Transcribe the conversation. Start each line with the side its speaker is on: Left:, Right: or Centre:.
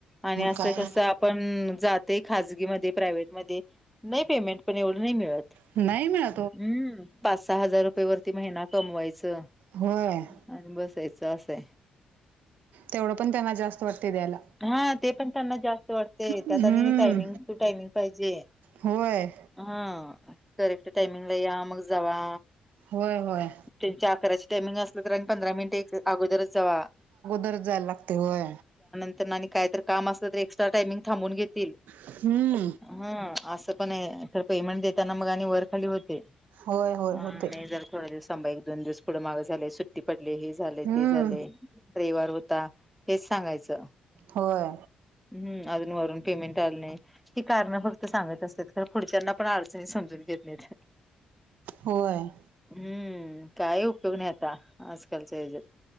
Centre: आणि असं
Right: काय
Centre: कसं आपण जाते खाजगी मध्ये प्रायव्हेट मध्ये- नाही पेमेंट पण एवढं नाही मिळत.
Right: नाही मिळतं
Centre: हम्म पाच सहा हजार रुपये वरती महिना कमवायचा.
Right: होय
Centre: आणि बसायचं असंतय.
Right: तेवढं पण त्यांना जास्त वाटते द्यायला.
Centre: हा ते पण त्यांना जास्त वाटते, त्या
Right: हम्म
Centre: टायमिंग टू टायमिंग पाहिजे.
Right: होय
Centre: हा करेक्ट टायमिंगला या मग जावा.
Right: होय होय.
Centre: त्यांचे अकराची टाइमिंग असलं तर आणि पंधरा मिनट इक अगोदरच जावा.
Right: अगोदरच जायला लागते होय.
Centre: त्यांना आणि काही तर काम असलं तर एक्स्ट्रा टायमिंग थांबून घेतील.
Right: हम्म
Centre: हा असं पण आहे, खर पेमेंट देताना मग आणि वर खाली होते.
Right: होय होय
Centre: हा
Right: होते
Centre: नाही, जरा थोड दिवस थांबा एक, दोन दिवस थोडं माग झालय, सुट्टी पडली, हे झाले,
Right: हम्म
Centre: ते झाले, रविवार होता, हेच सांगायचं.
Right: होय.
Centre: हम्म अजून वरून पेमेंट आल नाही ही कारणं फक्त सांगत असतात का, कारण पुढच्यांना पण अडचणी समजून घेत नाहीत.
Right: होय.
Centre: हम्म काय उपयोग नाय आता आजकालच्या ह्यच्यात.